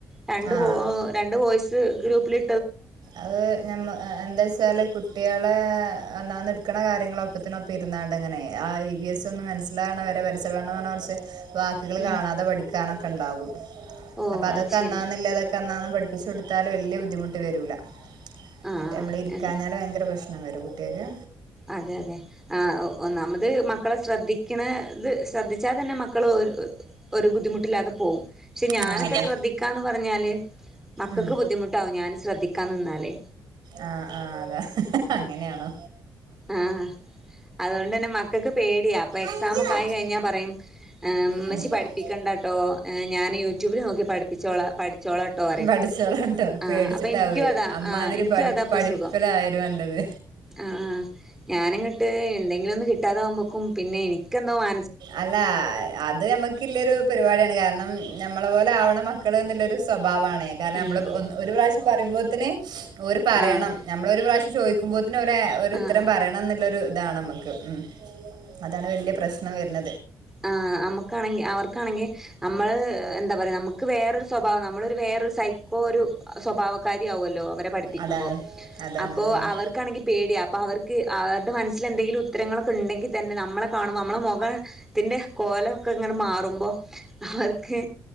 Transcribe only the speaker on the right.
ആഹ്
അത് ഞമ് ആ അ എന്താച്ചാല് കുട്ടിക ക്കളേ അന്നന്ന എട്ക്കണ കാര്യങ്ങള ഒപ്പത്തിനൊപ്പ ഇരുന്നാണ്ട് അങ്ങനെ ആ ഇ ബി എസ് ഒന്ന് മനസ്സിലാകണ വരെ പരിസരപടനൊന്ന് കുറച്ച് വാക്കുകള്
കാണാതെ പഠിക്കാനൊക്കെ ഉണ്ടാകും
അപ്പ അതൊക്കെ
അന്നാന്നല്ലതൊക്കെ അന്നാന്ന് പഠിപ്പിച്ച് കൊടു ത്താല് വല്യ ബുദ്ധിമുട്ട് വരൂല്ല
മറ്റേ നമ്മള് ഇരിക്കാഞ്ഞാല്
ഭയങ്കര പ്രശ് ഞാവര കൂട്ടാ അരി
ആഹ് അതാ
ഉം
ആ ആ അതാ അങ്ങനെയാണോ
അഞ്ച് വാച്ച്
അഞ്ച്
വാച്ച്
പഠിച്ചോളാട്ടോ
പേടിച്ചിട്ടാവൂല
അമ്മാതിരി
പഠി
പഠിപ്പിലായിരുന്നു
എന്റത്
അല്ല അത് ഞമ്മക്കില്ലെരു പരിപാട്യാണ് കാര് ണം ഞമ്മളെ പോലാവണം മക്കള്ന്ന്ല്ലൊരു സ്വപ് ഭാവാണെ കാരണം ഞമ്മള്
ഒന്ന് ഒര് പ്രാശ്യം പറിമ്പോത്ത്ന് ഓര് പറയണം
ഞമ്മളൊര് പ്രാശ്യം ചോയ്ക് ന്നോരെ ഓരുത്തരം
പറയണംന്ന്ള്ളെരു താണമ്മക്ക് ഉം അതാണ് വല്യ പ്രശ്നം വര്ണ
അതാണ് അതാണ്
അതാണ്